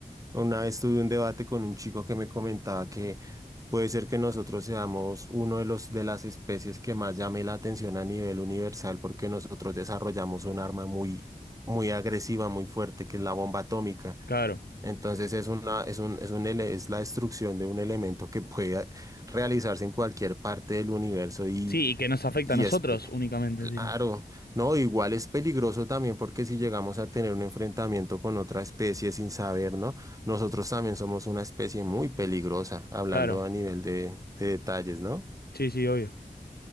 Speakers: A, on the right; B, on the left.
A: una vez tuve un debate con un chico que me comentaba que puede ser que nosotros seamos uno de los de las especies que más llame la atención a nivel universal porque nosotros desarrollamos un arma muy, muy agresiva, muy fuerte, que es la bomba atómica.
B: claro.
A: Entonces es una, es un, es un, ele- es la destrucción de un elemento que puede realizarse en cualquier parte del universo y,
B: Sí, y que nos afecta
A: y
B: a nosotros
A: es pe-
B: únicamente
A: claro,
B: encima.
A: no, igual es peligroso también porque si llegamos a tener un enfrentamiento con otra especie sin saber, ¿no? Nosotros también somos una especie muy peligrosa, hablando
B: Claro,
A: a nivel de, de detalles, ¿no?
B: sí, sí, obvio.